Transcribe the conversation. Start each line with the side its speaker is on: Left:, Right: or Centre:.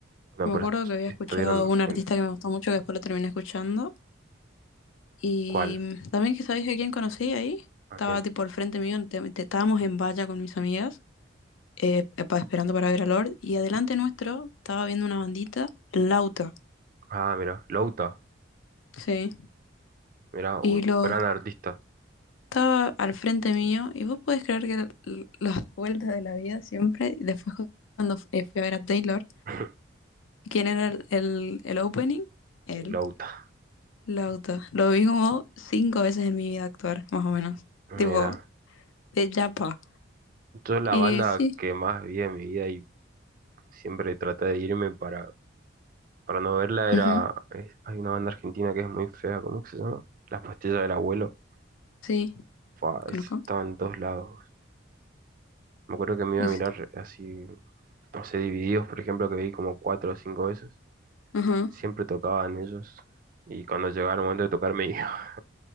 Right: Bueno,
Left: Me
Right: pero
Left: acuerdo
Right: est-
Left: que había escuchado
Right: estuvieron
Left: un artista
Right: en...
Left: que me gustó mucho, que después lo terminé escuchando. Y
Right: ¿Cuál?
Left: mm, también que sabéis a quién conocí ahí.
Right: ¿A
Left: Estaba
Right: quién?
Left: tipo al frente mío, te- te- estábamos en valla con mis amigas, eh, eh, pa- esperando para ver a Lord. Y adelante nuestro estaba viendo una bandita, Lauta.
Right: Ah, mira, Louta.
Left: Sí.
Right: Mira, u-
Left: Y lo
Right: gran artista,
Left: estaba al frente mío. Y vos podés creer que l- las vueltas de la vida siempre. Y después cuando eh, fui a ver a Taylor,
Right: <laughs>
Left: ¿Quién era el, el, el opening? Él,
Right: eh, Louta.
Left: Lauta. Lo vi como cinco veces en mi vida actuar, más o menos.
Right: Mira,
Left: Tipo, de Yapa.
Right: yo la
Left: Y
Right: banda
Left: sí,
Right: que más vi en mi vida y siempre traté de irme para, para no verla
Left: ujú,
Right: era, es- hay una banda argentina que es muy fea, ¿cómo que se llama? Las pastillas del abuelo.
Left: sí,
Right: Fua,
Left: conozco.
Right: eso estaba en todos lados. Me acuerdo que me iba
Left: Y
Right: a mirar
Left: sí,
Right: así, no sé, Divididos, por ejemplo, que vi como cuatro o cinco veces.
Left: Ajá.
Right: Siempre tocaban ellos y cuando llegaba el momento de tocar me iba,